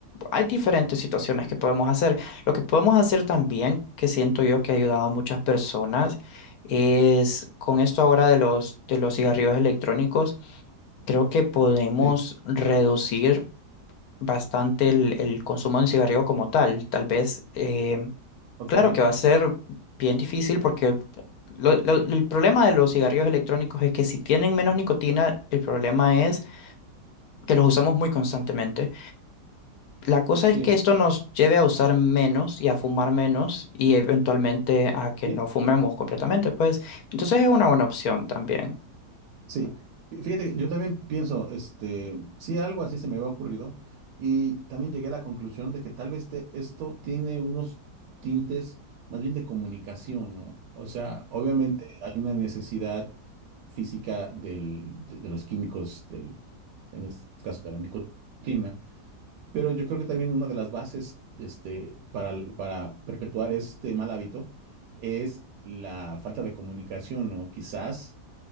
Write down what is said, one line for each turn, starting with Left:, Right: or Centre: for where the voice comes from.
Left: Hay diferentes situaciones que podemos hacer. Lo que podemos hacer también, que siento yo que ha ayudado a muchas personas, es con esto ahora de los, de los cigarrillos electrónicos, creo que podemos
Right: Sí,
Left: reducir bastante el, el consumo de un cigarrillo como tal. Tal vez, eh,
Right: ok,
Left: claro que va a ser bien difícil porque lo- lo- el problema de los cigarrillos electrónicos es que si tienen menos nicotina, el problema es que los usamos muy constantemente. La cosa
Right: sí.
Left: es que esto nos lleve a usar menos y a fumar menos y eventualmente a que
Right: ¿Sí?
Left: no fumemos completamente, pues. Entonces es una buena opción también.
Right: Sí, Fí- fíjate, que yo también pienso, este, sí, algo así se me había ocurrido y también llegué a la conclusión de que tal vez te- esto tiene unos tintes más bien de comunicación, ¿no? O sea, obviamente hay una necesidad física del- de, de los químicos, del, en este caso de la nicotina, pero yo creo que también una de las bases, este, para, para perpetuar este mal hábito es la falta de comunicación, ¿no? Quizás